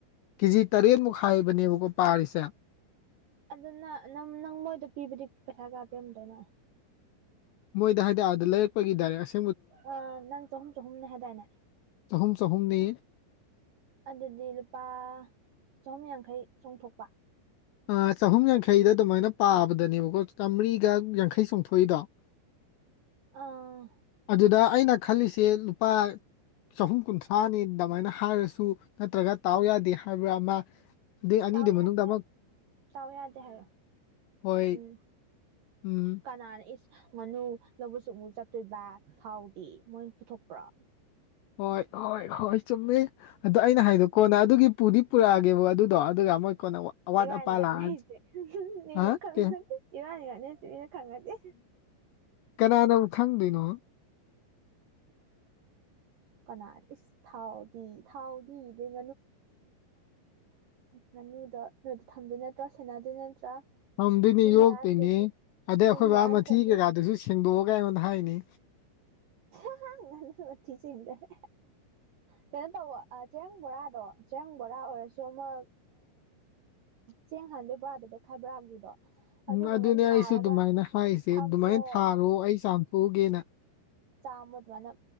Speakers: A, on the left; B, on the right.
A: ꯀꯦꯖꯤ ꯇꯔꯦꯠꯃꯨꯛ ꯍꯥꯏꯕꯅꯦꯕꯀꯣ ꯄꯥꯔꯤꯁꯦ
B: ꯑꯗꯨꯅ ꯅꯪ ꯅꯪ ꯃꯣꯏꯗ ꯄꯤꯕꯗꯤ ꯄꯩꯁꯥ ꯀꯌꯥ ꯄꯤꯔꯝꯗꯣꯏꯅꯣ
A: ꯃꯣꯏꯗ ꯍꯥꯏꯗꯤ‌ ꯑꯗꯥ ꯂꯩꯔꯛꯄꯒꯤꯗꯥꯏꯔꯛ ꯑꯁꯦ
B: ꯑ ꯅꯪ ꯆꯍꯨꯝ ꯆꯍꯨꯝꯅꯦ ꯍꯥꯏꯗꯥꯏꯅꯦ
A: ꯆꯍꯨꯝ ꯆꯍꯨꯝꯅꯤ
B: ꯑꯗꯨꯗꯤ ꯂꯨꯄꯥ ꯆꯍꯨꯝ ꯌꯥꯡꯈꯩ ꯆꯣꯡꯊꯣꯛ
A: ꯑ ꯆꯍꯨꯝ ꯌꯥꯡꯈꯩꯗꯨ ꯑꯗꯨꯃꯥꯏꯅ ꯄꯥꯕꯗꯅꯦꯕꯀꯣ ꯆꯥꯝꯃꯔꯤꯒ ꯌꯥꯡꯈꯩ ꯆꯣꯡꯊꯣꯛꯏꯗꯣ <unintelligible>
B: ꯑꯥ
A: ꯑꯗꯨꯗ ꯑꯩꯅ ꯈꯜꯂꯤꯁꯦ ꯂꯨꯄꯥ ꯆꯍꯨꯝ ꯀꯨꯟꯊ꯭ꯔꯥꯅꯦ ꯗꯃꯥꯏꯅ ꯍꯥꯏꯔꯁꯨ ꯅꯠꯇ꯭ꯔꯒ ꯇꯥꯎ ꯌꯥꯗꯦ ꯍꯥꯏꯕ꯭ꯔꯥ ꯑꯃ ꯑꯗꯨꯢ ꯑꯅꯤꯗꯨꯢ
B: ꯇꯥꯎ
A: ꯃꯅꯨꯡꯗ
B: ꯌꯥꯗꯦ
A: ꯑꯃꯛ
B: ꯍꯥꯏ ꯇꯥꯎ ꯌꯥꯗꯦ ꯍꯥꯏꯌꯣ
A: ꯍꯣꯏ
B: ꯎꯝ
A: ꯎꯝ
B: ꯀꯅꯥꯅ ꯢꯁ ꯉꯥꯅꯨ ꯂꯧꯕꯁꯨ ꯑꯃꯨ ꯆꯠꯇꯣꯏꯕ ꯊꯥꯎꯗꯤ ꯃꯣꯏ ꯄꯨꯊꯣꯛꯄ꯭ꯔꯣ
A: ꯍꯣꯏ ꯍꯣꯏ ꯍꯣꯏ ꯆꯨꯝꯃꯦ ꯑꯗꯣ ꯑꯩꯅ ꯍꯥꯏꯗꯣ ꯀꯣꯟꯅ ꯑꯗꯨꯒꯤ ꯄꯨꯗꯤ ꯄꯨꯔꯛꯑꯒꯦꯕ ꯑꯗꯨꯗꯣ ꯑꯗꯨꯒ ꯃꯣꯏ ꯀꯣꯟꯅ ꯑꯋꯥꯠ
B: ꯏꯕꯥꯟꯅꯤ
A: ꯑꯄꯥ
B: ꯉꯥꯡꯅꯩꯁꯦ
A: ꯂꯥꯛꯑ
B: ꯃꯤꯅ
A: ꯍꯥ
B: ꯈꯪꯉꯗꯤ
A: ꯀꯩ
B: ꯏꯕꯥꯟꯅꯤ ꯉꯥꯟꯅꯩꯁꯦ ꯃꯤꯅ ꯈꯪꯉꯗꯤ
A: ꯀꯅꯥꯅ ꯕꯨ ꯈꯪꯗꯣꯏꯅꯣ
B: ꯀꯅꯥ ꯏꯁ ꯊꯥꯎꯗꯤ ꯊꯥꯎꯗꯤ <unintelligible> ꯉꯥꯅꯨꯗꯣ ꯅꯣꯏꯗ ꯊꯝꯗꯣꯏ ꯅꯠꯇ꯭ꯔꯥ ꯁꯦꯟꯅꯗꯣꯏ ꯅꯠꯇ꯭ꯔꯥ
A: ꯊꯝꯗꯣꯏꯅꯦ
B: ꯃꯤꯅ
A: ꯌꯣꯛꯇꯣꯏꯅꯦ
B: ꯍꯨꯔꯥꯟꯗ꯭ꯔꯗꯤ
A: ꯑꯗꯩ
B: ꯃꯤꯅ
A: ꯑꯩꯈꯣꯏ ꯕꯥ
B: ꯍꯨꯔꯥꯟꯈ꯭ꯔꯗꯤ
A: ꯃꯊꯤ ꯀꯩꯀꯥꯗꯨꯁꯨ ꯁꯦꯡꯗꯣꯛꯑꯒ ꯑꯩꯉꯣꯟꯗ ꯍꯥꯏꯅꯤ
B: ꯉꯥꯅꯨ ꯃꯊꯤ ꯁꯦꯡꯗꯣꯔꯦ ꯀꯩꯅꯣ ꯇꯧꯋꯣ ꯆꯔꯦꯡ ꯕꯣꯔꯥꯗꯣ ꯆꯦꯔꯪ ꯕꯣꯔꯥ ꯑꯣꯏꯔꯁꯨ ꯑꯃꯨꯛ ꯆꯦꯡ ꯍꯥꯟꯕꯩ ꯕꯣꯔꯥꯗꯣ ꯕꯦꯛꯈꯥꯏ ꯕꯣꯔꯥꯒꯤꯗꯣ ꯑꯗꯨꯒꯨꯝꯕ
A: ꯎꯝ ꯑꯗꯨꯅꯦ
B: ꯑꯃ ꯊꯥꯔꯒ
A: ꯑꯩꯁꯨ ꯑꯗꯨꯃꯥꯏꯅ ꯍꯥꯏꯖꯦ
B: ꯊꯝꯃꯣ
A: ꯗꯨꯃꯥꯏꯅ ꯊꯥꯔꯣ ꯑꯩ ꯆꯥꯝꯊꯣꯛꯎꯒꯦꯅ
B: ꯆꯥꯝꯃꯣ ꯑꯗꯨꯃꯥꯏꯅ